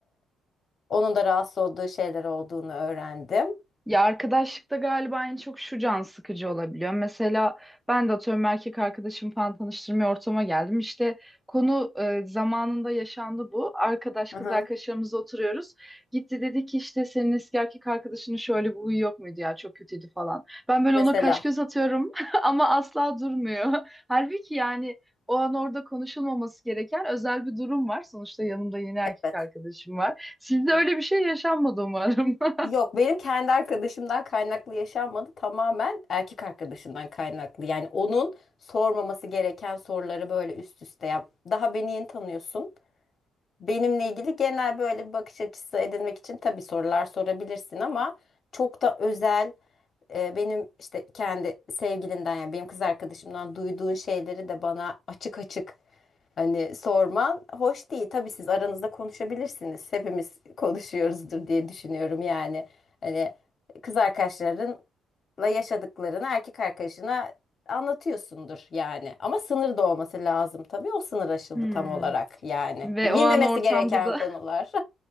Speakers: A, on the left; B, in the centre.
A: Onun da rahatsız olduğu şeyler olduğunu öğrendim.
B: Ya arkadaşlıkta galiba en çok şu can sıkıcı olabiliyor. Mesela ben de atıyorum erkek arkadaşım falan tanıştırmaya ortama geldim. İşte konu e, zamanında yaşandı bu. Arkadaş
A: Hı
B: kız
A: hı.
B: arkadaşlarımızla oturuyoruz. Gitti dedi ki işte senin eski erkek arkadaşının şöyle bir huyu yok muydu ya çok kötüydü falan. Ben böyle
A: Mesela.
B: ona kaş göz atıyorum <laughs> ama asla durmuyor. <laughs> Halbuki yani o an orada konuşulmaması gereken özel bir durum var. Sonuçta yanımda yeni erkek
A: Evet.
B: arkadaşım var. Sizde
A: Hı.
B: öyle bir şey yaşanmadı umarım. <laughs>
A: Yok benim kendi arkadaşımdan kaynaklı yaşanmadı. Tamamen erkek arkadaşımdan kaynaklı. Yani onun sormaması gereken soruları böyle üst üste yap. Daha beni yeni tanıyorsun. Benimle ilgili genel böyle bir bakış açısı edinmek için tabii sorular sorabilirsin ama çok da özel e, benim işte kendi sevgilinden ya benim kız arkadaşımdan duyduğun şeyleri de bana açık açık hani sorman hoş değil. Tabii siz aranızda konuşabilirsiniz. Hepimiz konuşuyoruzdur diye düşünüyorum yani. Hani kız arkadaşlarınla yaşadıklarını erkek arkadaşına anlatıyorsundur yani. Ama sınır da olması lazım tabii. O sınır aşıldı
B: Hmm.
A: tam olarak yani.
B: Ve
A: Hani
B: o
A: bilmemesi
B: an ortamda
A: gereken
B: da
A: konular.